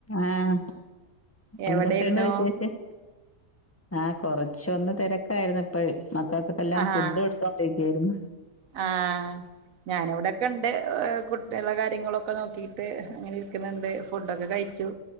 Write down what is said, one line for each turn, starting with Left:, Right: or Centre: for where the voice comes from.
Left: ആഹ്
Right: എവിടെയിരുന്നു
Left: എന്തൊക്കെണ്ട് വിശേഷം? ആ കൊറച്ചൊന്ന് തിരക്കായിരുന്നു എപ്പഴും മക്കൾക്കൊക്കെ എല്ലാം
Right: ആഹ്
Left: ഫുഡ് ക്കൊണ്ടിരിക്കരുന്നു
Right: ആഹ് ഞാനവിടെൊക്കെ ടെ കുട്ടികള കാര്യങ്ങളൊക്കെ നോക്കിയിട്ട് ങ്ങനെ ഇരിക്കുന്നുണ്ട് ഫുഡൊക്കെ കഴിച്ചു.